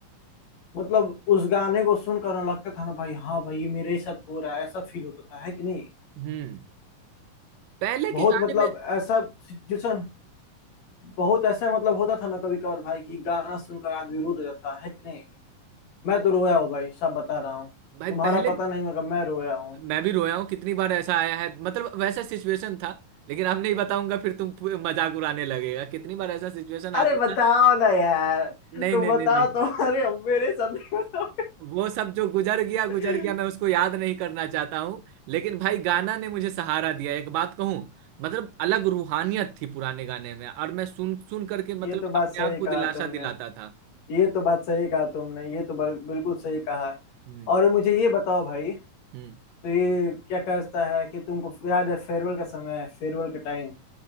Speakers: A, on the left; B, on the right.
A: मतलब उस गाने को सुनकर ना लगता था ना भाई हाँ भाई ये मेरे ही साथ हो रहा है ऐसा फील होता था है कि नहीं
B: हम्म पहले के
A: बहुत
B: गाने
A: मतलब
B: में
A: ऐसा सिचुएशन बहुत ऐसा मतलब होता था ना कभी कभार भाई कि गाना सुनकर आदमी रो देता था है कि नहीं मैं तो रोया हूँ भाई सब बता रहा हूँ
B: भाई
A: तुम्हारा
B: पहले
A: पता नहीं मगर मैं रोया हूँ
B: मैं भी रोया हूँ कितनी बार ऐसा आया है मतलब वैसा सिचुएशन था लेकिन अब नहीं बताऊंगा फिर तुम पू- मजाक उड़ाने लगेगा कितनी बार ऐसा सिचुएशन
A: अरे
B: आता
A: बताओ
B: है ना
A: ना यार
B: नहीं
A: तुम
B: नहीं
A: बताओ
B: नहीं नहीं
A: तुम्हारे हम मेरे साथ नहीं बताओ
B: वो सब जो गुजर गया गुजर
A: <laughs>
B: गया मैं उसको याद नहीं करना चाहता हूँ लेकिन भाई गाना ने मुझे सहारा दिया एक बात कहूँ मतलब अलग रूहानियत थी पुराने गाने में और मैं सुन सुन करके
A: ये
B: मतलब
A: तो बात
B: अपने
A: सही
B: आप को
A: कहा
B: दिलासा
A: तुमने
B: दिलाता था
A: ये तो बात सही कहा तुमने ये तो बा- बिल्कुल सही कहा
B: हम्म
A: और मुझे ये बताओ भाई
B: हम्म
A: तो ये क्या कहता है कि तुमको याद है फेयरवेल का समय है फेयरवेल का टाइम